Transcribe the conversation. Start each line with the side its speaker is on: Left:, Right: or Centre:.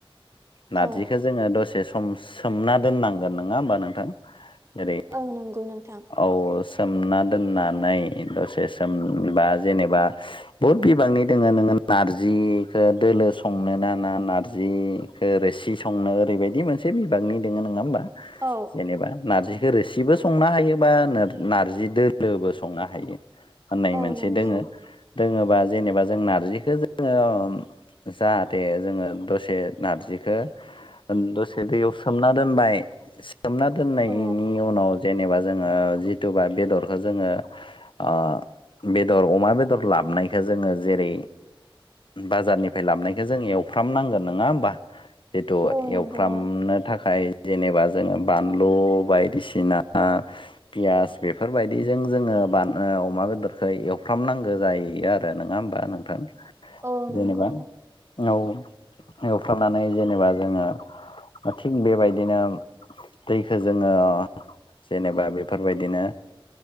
Left: नारजिखौ
Right: औ
Left: जोङो दसे सम सोमना दोननांगोन नङा होमबा नोंथां? जेरै
Right: औ नंगौ नोंथां।
Left: औ सोमना दोननानै दसे सोमबा जेनेबा बहुद बिबांनि दोङो नोङो नारजिखौ दोलो संनो ना ना नारजि? खो रोसि संनो ओरैबायदि मोनसे बिबागनि दोङो नङा होमबा
Right: औ
Left: जेनेबा नारजि खो रोसिबो संनो हायो बा नारजि दोलोबो संनो हायो होननाय
Right: औ
Left: मोनसे
Right: नंगौ
Left: दोङो दोङोबा जेनेबा जों नारजिखो जोङो जाहाथे जोङो दसे नारजिखो दसे दैयाव सोमना दोनबाय सोमना दोननायनि
Right: औ
Left: उनाव जेनेबा जोङो जिथुबा बेदरखौ जोङो ओ बेदर अमा बेदर लाबनायखौ जोङो जेरै- बाजारनिफ्राय लाबोनखौ जों एवफ्रामनांगोन नोङा होमबा? जिथु
Right: औ नंगौ
Left: एवफ्रामनो थाखाय जेनेबा जोङो बानलु बायदिसिना पियास बेफोरबायदिजों जोङो ओ बान अमा बेदरखौ एवफ्रामनांगौ जायो आरो नोङा होमबा नोंथां?
Right: औ नंगौ।
Left: जेनेबा औ एवफ्रामनानै जेनेबा जोङो थिग बेबायदिनो दैखो जोङो जेनेबा बेफोरबायदिनो